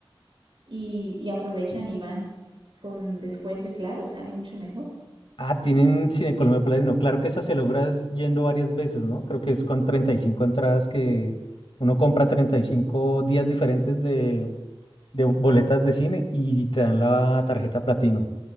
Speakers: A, on the right; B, on the left.
A: y, y aprovechan y van con descuento y claro, sale mucho mejor.
B: Ah, tienen Cine Colombia platino. Claro que esa se logra es yendo varias veces, ¿no? Creo que es con 35 entradas que uno compra 35 días diferentes de, de boletas de cine y te dan la tarjeta platino.